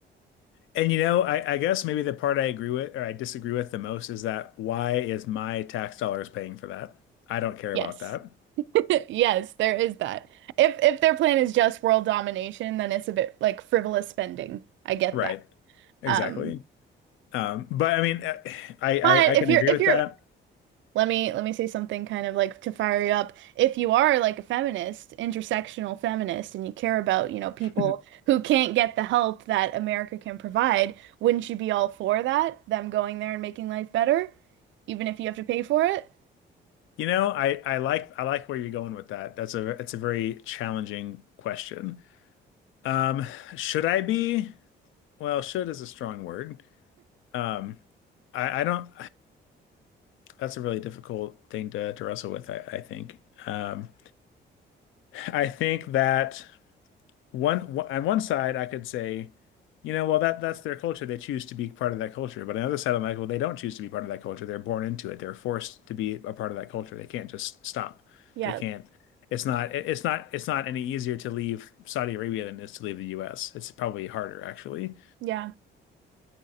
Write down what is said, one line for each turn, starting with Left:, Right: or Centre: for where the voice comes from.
Left: And you know, I, I guess maybe the part I agree with or I disagree with the most is that why is my tax dollars paying for that? I don't care
Right: Yes.
Left: about that.
Right: <laughs> Yes, there is that. If if their plan is just world domination, then it's a bit like frivolous spending. I get
Left: Right.
Right: that.
Left: Exactly.
Right: Um,
Left: Um, but I mean, uh, I, I
Right: but
Left: I
Right: if
Left: can
Right: you're
Left: agree
Right: if
Left: with
Right: you're
Left: that. <clears throat>
Right: Let me let me say something kind of like to fire you up. If you are like a feminist, intersectional feminist, and you care about, you know, people
Left: <laughs>
Right: who can't get the help that America can provide, wouldn't you be all for that? Them going there and making life better, even if you have to pay for it?
Left: You know, I I like I like where you're going with that. That's a it's a very challenging question. Um, should I be? Well, should is a strong word. Um, I I don't. That's a really difficult thing to, to wrestle with, I, I think. Um, I think that one, on one side, I could say, you know, well that that's their culture. They choose to be part of that culture. But on the other side, I'm like, well, they don't choose to be part of that culture. They're born into it. They're forced to be a part of that culture. They can't just stop.
Right: Yeah,
Left: They can't. It's not. it- It's not. It's not any easier to leave Saudi Arabia than it is to leave the U.S. It's probably harder, actually.
Right: yeah.